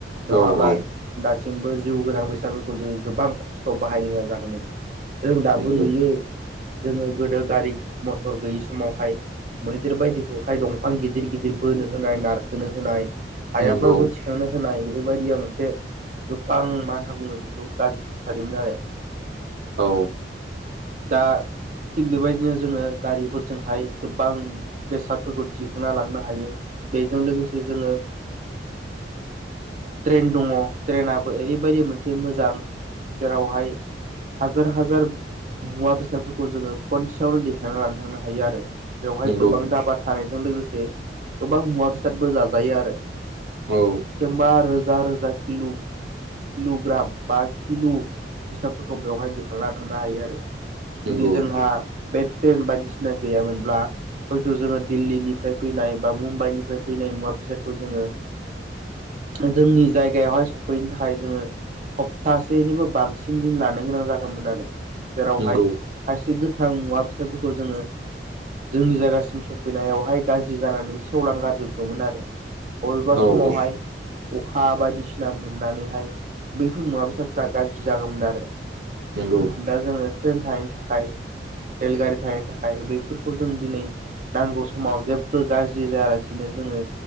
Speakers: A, on the right; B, on the right.
A: औ
B: नङाब्ला
A: औ
B: दासिमबो जिउ गोनां बेैसाादफोरखौ जोङो गोबां खस्थ' बाहायनोगोनां जागौमोन। जों दाबो
A: नंगौ
B: नुयो जोङो गोदो गारि मथर गैयि समावहाय मैदेर बायदिखौहाय दंफां गिदिर गिदिर बोनो होनाय नारखोनो होनाय हायाब्लााबो
A: नंगौ
B: थिखांनो होनाय बेफोरबायदिया मोनसे गोबां मा होनना बुङो बेखौ गाज्रि थासारिमोन आरो
A: औ
B: दा थिग बेबायदिनो जोङो गारिफोरजोंहाय गोबां बेसादफोरखौ दिखोना लांनो हायो बेजों लोगोसे जोङो। ट्रेन दङ' ट्रेनाबो ओरैबायदि मोनसे मोजां जेरावहाय हाजार हाजार मुवा बेसादफोरखौ जोङो खनसेयावनो देखायनानै लानो थांनो हायो आरो बेवहाय
A: नंगौ
B: गोबां दाबा थानायजों लोगोसे गोबां मुवा बेसादबो जाजायो आरो।
A: औ।
B: बा रोजा रोजा किल' किल' ग्राम बा किल' बेसाबफोरखौ बेवहाय दिखांना होनांनो हायो आरो।
A: नंगौ
B: जुदि जोंहा बे ट्रेन बायदिसिना गैयामोनब्ला हयथ' जोङो दिल्लीनिफ्राय फैनाय बा मुम्बाइनिफ्राय फैनाय मुवा बेसादखौ जोङो जोंनि जायगायावहाय सफैनो थाखाय जोङो सप्तासेनिबो बांसिन दिन लानो गोनां जागौमोन आरो। जेरावहाय
A: नंगौ
B: खायसे गोथां मुवा बेसादफोरखौ जोङो। जोंनि जायगासिम सफैनायावहाय गाज्रि जानानै सेवलां गारजोबगौमोन आरो। बबेबा
A: औ
B: समावहाय
A: औ
B: अखा बायदिसिना मोननानैहाय बैफोर मुवा बेसादफ्रा गाज्रि जागौमोन आरो।
A: नंगौ
B: दा जोङो ट्रेन थानायनि थाखाय रेलगारि थानायनि थाखाय बैफोरखौ जों दिनै नांगौ समाव जेबो गाज्रि जायालासिनो जोङो